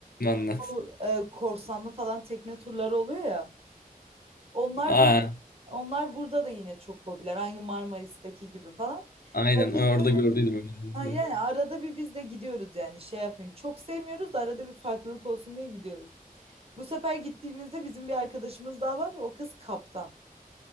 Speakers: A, on the left (about 80°); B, on the right (about 40°).
A: Anlat.
B: Bu e, korsanlı falan tekne turları oluyor ya. Onlar
A: Aa,
B: bu, onlar burada da yine çok popüler. Aynı Marmaris'teki gibi falan.
A: aynen.
B: Ya
A: Orada
B: biz böyle
A: gördüydüm önünüzden.
B: ha yani arada bir biz de gidiyoruz yani şey yapmayayım. Çok sevmiyoruz arada bir farklılık olsun diye gidiyoruz. Bu sefer gittiğimizde bizim bir arkadaşımız daha var. O kız kaptan.